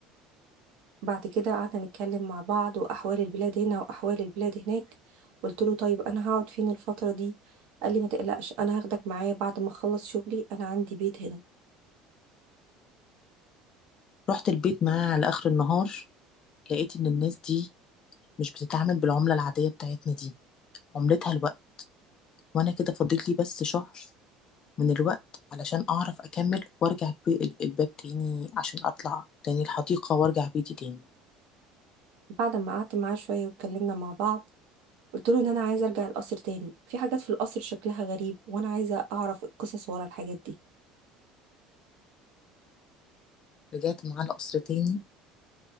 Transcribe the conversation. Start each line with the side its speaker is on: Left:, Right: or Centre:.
Right: بعد كده قعدنا نتكلم مع بعض واحوال البلاد هنا واحوال البلاد هناك قلت له طيب انا هقعد فين الفتره دي قال لي ما تقلقش انا هاخدك معايا بعد ما اخلص شغلي انا عندي بيت هنا
Left: رحت البيت معاه على اخر النهار لقيت ان الناس دي مش بتتعامل بالعمله العاديه بتاعتنا دي عملتها الوقت وانا كده فاضل لي بس شهر من الوقت علشان اعرف اكمل وارجع الب- الباب تاني عشان اطلع تاني الحديقة وارجع بيتي تاني
Right: بعد ما قعدت معاه شوية واتكلمنا مع بعض قلت له ان انا عايزة ارجع القصر تاني في حاجات في القصر شكلها غريب وانا عايزة اعرف القصص ورا الحاجات دي
Left: رجعت معاه القصر تاني